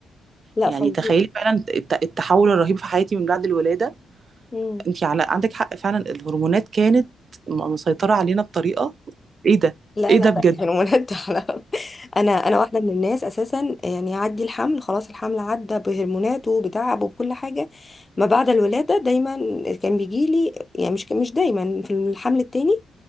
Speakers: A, on the left; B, on the right.
A: لا
B: يعني
A: فظيع
B: تخيلي فعلا الت- التحول الرهيب في حياتي من بعد الولاده
A: مم.
B: انت على عندك حق فعلا الهرمونات كانت م- مسيطره علينا بطريقه ايه ده
A: لا
B: ايه
A: لا
B: ده بجد
A: لا الهرمونات ده حرام <laughs> انا انا واحده من الناس اساسا يعني يعدي الحمل خلاص الحمل عدى بهرموناته بتعبه بكل حاجه ما بعد الولاده دايما كان بيجي لي يعني مش مش دايما في الحمل التاني